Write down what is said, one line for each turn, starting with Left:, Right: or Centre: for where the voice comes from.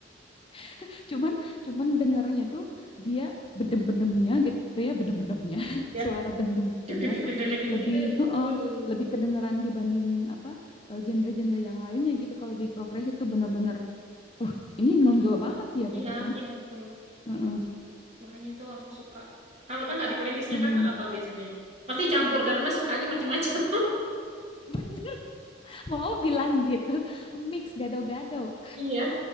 Left: <laughs> Cuman cuman dengernya tuh dia bedem-bedemnya gitu ya, bedem-bedemnya. <laughs>
Right: ya
Left: Suara dem-demnya
Right: deg deg deg
Left: itu
Right: deg deg deg
Left: lebih
Right: gitu
Left: heeh,
Right: Hmm.
Left: lebih kedengeran dibanding apa eh, genre-genre yang lainnya gitu. Kalau di progres itu bener-bener uh ini nonjol banget ya
Right: iya
Left: gitu kan.
Right: iya betul
Left: Heeh.
Right: makanya itu aku suka kalau kakak di playlistnya
Left: heeh.
Right: kakak apa biasanya pasti campur karena sukanya macam-macam
Left: <laughs> Bener, mau bilang gitu. Mix gado-gado.
Right: <laughs> iya